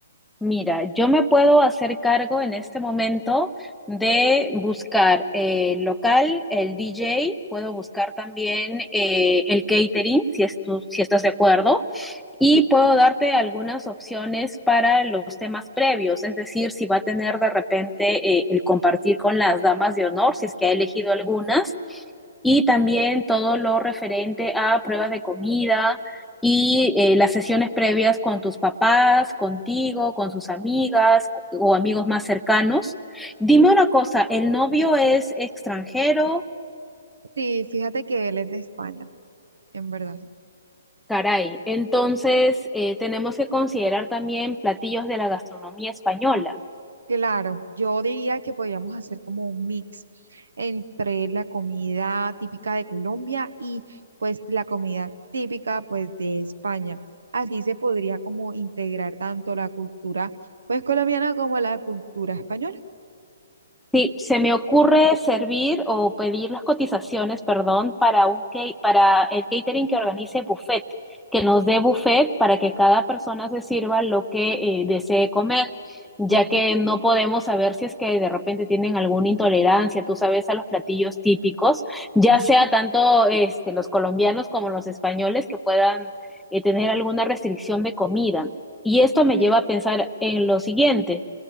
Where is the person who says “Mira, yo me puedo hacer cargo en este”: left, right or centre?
Centre